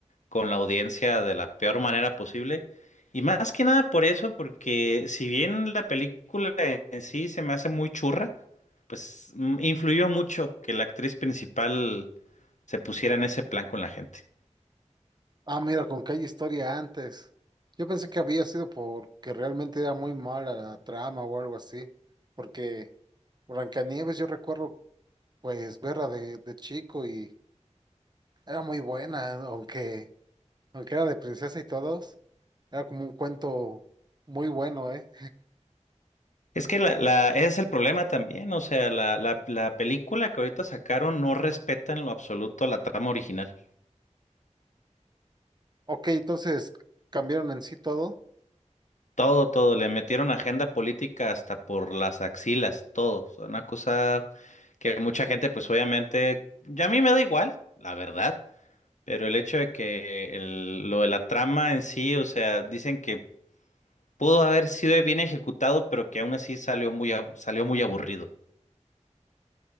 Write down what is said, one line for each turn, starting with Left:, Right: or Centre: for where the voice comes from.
Left: con la audiencia de la peor manera posible. Y más que nada por eso, porque si bien la película en sí se me hace muy churra, pues mm, influyó mucho que la actriz principal se pusiera en ese plan con la gente.
Right: Ah, mira, con que hay historia antes. Yo pensé que había sido porque realmente era muy mala la trama o algo así. Porque Blancanieves, yo recuerdo, pues, verla de, de chico y era muy buena, aunque, aunque era de princesa y todos. Era como un cuento muy bueno, ¿eh?
Left: Es que la, la, ese es el problema también, o sea, la, la, la película que ahorita sacaron no respeta en lo absoluto la trama original.
Right: Ok, entonces cambiaron en sí todo.
Left: Todo, todo, le metieron agenda política hasta por las axilas, todo. O sea, Una cosa que mucha gente, pues obviamente, ya a mí me da igual, la verdad, pero el hecho de que el- lo de la trama en sí, o sea, dicen que pudo haber sido bien ejecutado, pero que aún así salió muy, ab- salió muy aburrido.